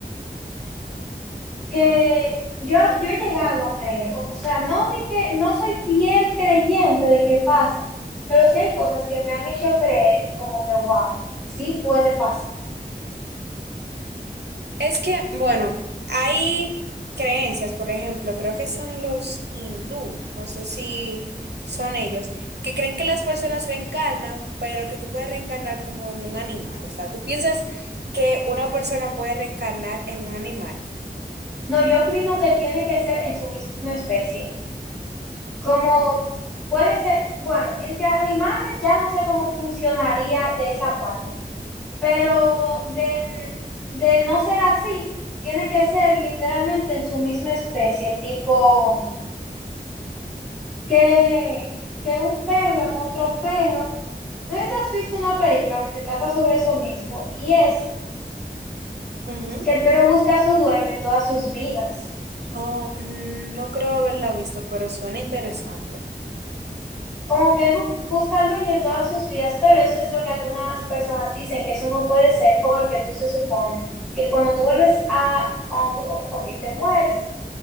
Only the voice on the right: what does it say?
Es que, bueno, hay creencias, por ejemplo, creo que son los hindú, no sé si son ellos, que creen que las personas reencarnan, pero que tú puedes reencarnar como en un animal. O sea, tú piensas que una persona puede reencarnar en un animal.
Ujú.
Oh, mm, no creo haberla visto, pero suena interesante.